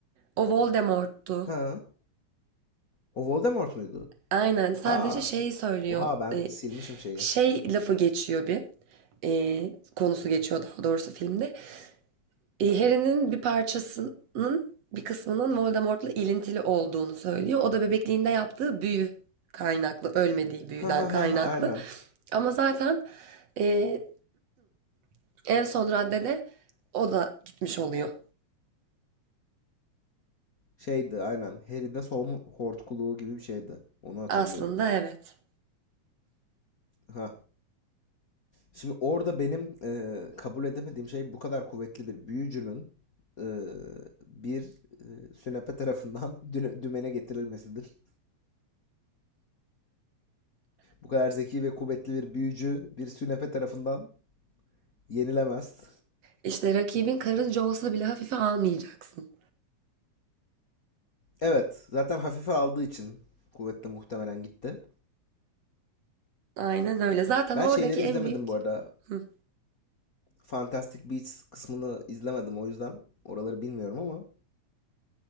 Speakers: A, on the right; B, on the left.
A: O Voldemort'tu.
B: Ha. O Voldemort muydu?
A: Aynen sadece
B: Aa.
A: şey söylüyor
B: Oha ben
A: e,
B: silmişim şeyi.
A: şey lafı geçiyor bir e, konusu geçiyor daha doğrusu filmde e, Harry'nin bir parçasının bir kısmının Voldemort'la ilintili olduğunu söylüyor. O da bebekliğinde yaptığı büyü kaynaklı ölmediği büyüden
B: Ha ha
A: kaynaklı
B: ha aynen.
A: ama zaten e, <clears throat> en son raddede o da gitmiş oluyor.
B: Şeydi aynen. Harry'de solun hortkuluğu gibi bir şeydi. Onu hatırlıyorum.
A: Aslında evet.
B: Ha. Şimdi orada benim e, kabul edemediğim şey bu kadar kuvvetli bir büyücünün e, bir e, sünepe tarafından <laughs> düne- dümene getirilmesidir. Bu kadar zeki ve kuvvetli bir büyücü bir sünepe tarafından yenilemez.
A: İşte rakibin karınca olsa bile hafife almayacaksın.
B: Evet, zaten hafife aldığı için kuvvetle muhtemelen gitti.
A: Aynen öyle. Zaten
B: Ben
A: oradaki
B: şeyleri
A: en
B: izlemedim
A: büyük.
B: bu arada.
A: Hı.
B: Fantastic Beasts kısmını izlemedim o yüzden oraları bilmiyorum ama